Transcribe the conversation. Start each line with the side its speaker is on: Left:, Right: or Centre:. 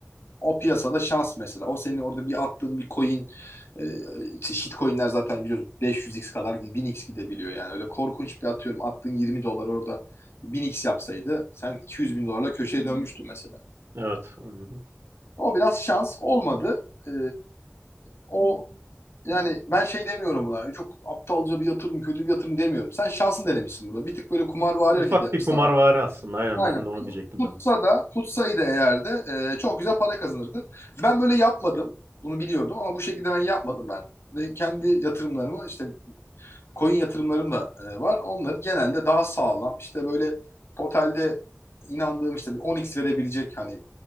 Left: O piyasada şans mesela. O senin orada bir attığın bir coin, e, işte shitcoin'ler zaten biliyorsun 500x kadar gid- 1000x gidebiliyor yani. Öyle korkunç bir atıyorum attığın 20 dolar oradan bin x yapsaydı sen 200 bin dolarla köşeye dönmüştün mesela.
Right: Evet. Hı hı.
Left: O biraz şans olmadı. E, o yani ben şey demiyorum buna. Çok aptalca bir yatırım, kötü bir yatırım demiyorum. Sen şansın denemişsin burada. Bir tık böyle kumarvari
Right: Ufak
Left: hareket yapmışsın
Right: bir kumarvari
Left: ama
Right: aslında. Aynen
Left: Aynen.
Right: ben de onu diyecektim
Left: Tutsa
Right: sana.
Left: da tutsaydı eğer de e, çok güzel para kazanırdın. Ben böyle yapmadım. Bunu biliyordum ama bu şekilde ben yapmadım. Ben de kendi yatırımlarımı işte coin yatırımlarım da e, var. Onları genelde daha sağlam işte böyle totalde inandığım işte bir 10x verebilecek hani